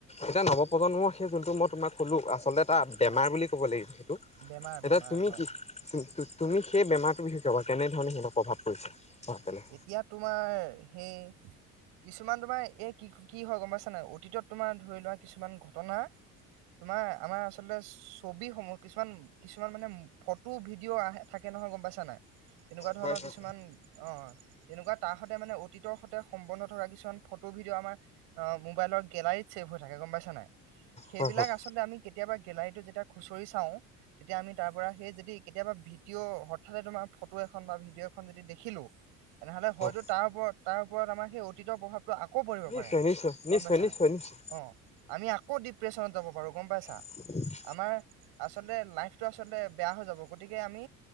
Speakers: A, on the left (about 15°); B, on the right (about 70°).
A: এতিয়া নৱপ্ৰজন্মৰ সেই যোনটো মই তোমাক ক'লোঁ আচলতে এটা বেমাৰ
B: হয়
A: বুলি ক'ব লাগিব সেইটো
B: বেমাৰ
A: এতিয়া
B: বেমাৰ
A: তুমি
B: হয়
A: কি তুমি সেই বেমাৰটোৰ বিশষে কেনেধৰণে প্ৰভাৱ পৰিছে অ' বেলেগ
B: এতিয়া তোমাৰ সেই কিছুমান তোমাৰ এই কি কি হয় গম পাইছা নাই অতীতত তোমাৰ ধৰি লোৱা কিছুমান ঘটনা তোমাৰ আমাৰ আচলতে ছবি সমূহ কিছুমান কিছুমান মানে ফটো ভিডিঅ' আহে থাকে। তাকে নহয় গম পাইছা নাই তেনেকুৱা ধৰণৰ
A: হয় হয়।
B: কিছুমান অ। তেনেকুৱা তাহ সতে মানে অতীতৰ সতে। বন্ধ থকা কিছুমান ফটো ভিডিঅ' আমাৰ অ মোবাইলৰ গেলাৰীত ছেভ হৈ থাকে গম পাইছা নাই। সেইবিলাক
A: হয় হয়
B: আচলতে আমি কেতিয়াবা গেলাৰী যেতিয়া খুচৰি চাও তেতিয়া আমি তাৰ পৰা সেই যদি কেতিয়াবা ভিডিঅ' হঠাতে তোমাৰ ফটো এখন বা ভিডিঅ' এখন যদি দেখিলো। তেনেহ'লে
A: হয়
B: হয়তো তাৰ ওপৰত তাৰ ওপৰত আমাৰ সেই অতীত প্ৰভাৱ। আকৌ পৰিঢ়ব
A: নিশ্চয়
B: পাৰে
A: নিশ্চয় নিশ্চয়
B: গম পাইছা
A: নিশ্চয়
B: নে
A: নিশ্চয়
B: অ আমি আকৌ ডিপ্ৰে্যনত যাব পাৰো গম পাইছা
A: <unintelligible>
B: আমাৰ আচলতে লাইফটো আচলতে বেয়া হৈ যাব গতিকে আমি